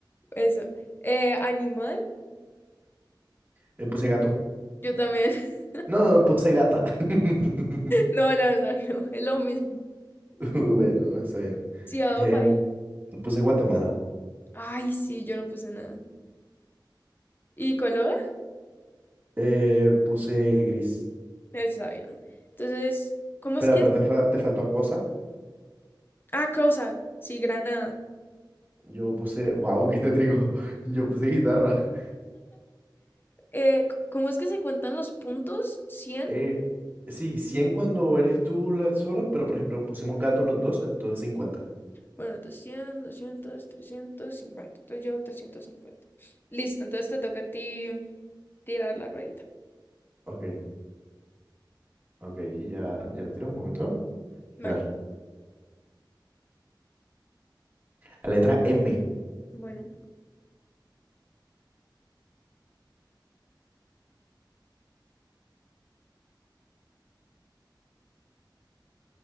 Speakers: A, on the left (about 25°); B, on the right (about 25°).
A: eso. Eh, animal,
B: Le puse gato.
A: yo también. <laughs>
B: No, no, puse gata. <laughs>
A: No, no, no, no, es lo mismo.
B: Bueno, está bien.
A: Ciudad
B: Em,
A: o país.
B: puse Guatemala.
A: Ay, sí, yo no puse nada. ¿Y color?
B: Eh, puse gris.
A: Eso sabía, ¿no? Entonces, ¿cómo
B: Espera,
A: es que...?
B: pero te, fa- te faltó cosa.
A: Ah, cosa, sí, Granada.
B: Yo puse, wow, qué tétrico. <laughs> Yo puse guitarra.
A: Eh, c- ¿cómo es que se cuentan los puntos? 100.
B: Eh, sí, 100 cuando eres tú la sola, pero por ejemplo pusimos gato los dos, entonces cincuenta
A: Bueno, doscientos doscientos, trescientos cincuenta Entonces llevo trescientos cincuenta Listo, entonces te toca a ti tirar la ruedita.
B: Ok, ok, ya, ya lo tiro un momento.
A: Vale,
B: Girar. La letra M.
A: bueno.